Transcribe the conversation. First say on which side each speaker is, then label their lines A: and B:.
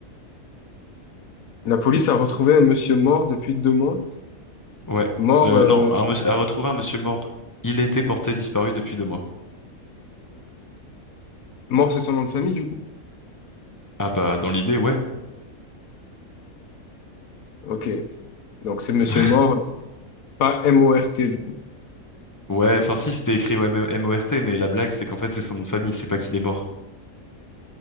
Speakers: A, on the left; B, on the left.
A: La police a retrouvé un monsieur mort depuis deux mois.
B: Ouais.
A: Mort,
B: Euh,
A: euh,
B: non, un monsieur- a retrouvé un monsieur mort. Il était porté disparu depuis deux mois.
A: mort, c'est son nom de famille, du coup.
B: Ah bah, dans l'idée, ouais.
A: Ok. Donc c'est Monsieur
B: <laughs>
A: Mort, pas M-O-R-T du coup.
B: Ouais, enfin si, c'était écrit ouais, M-O-R-T, mais la blague, c'est qu'en fait, c'est son nom de famille, c'est pas qu'il est mort.